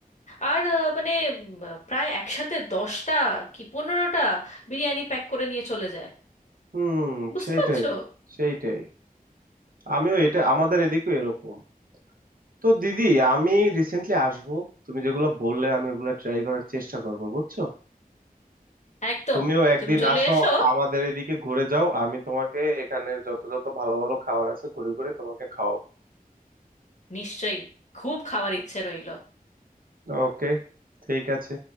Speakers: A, on the left; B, on the right.
A: আর আহ, মানে উম, প্রায় একসাথে দশটা কি পনেরোটা বিরিয়ানি প্যাক করে নিয়ে চলে যায়
B: হুম
A: বুঝতে
B: সেইটাই
A: পারছো
B: সেইটাই আমিও এটা আমাদের এদিকেও এরকম তো দিদি আমি রিসেন্টলি আসবো তুমি যেগুলো বললে আমি ওগুলো ট্রাই করার চেষ্টা করবো বুঝছো
A: একদম
B: তুমিও একদিন
A: তুমি চলে
B: আসো
A: এসো
B: আমাদের এদিকে ঘুরে যাও আমি তোমাকে এখানে যত যত ভালো ভালো খাবার আছে ঘুরে ঘুরে তোমাকে খাওয়াবো
A: নিশ্চয়ই খুব খাওয়ার ইচ্ছে রইল
B: ওকে ঠিক আছে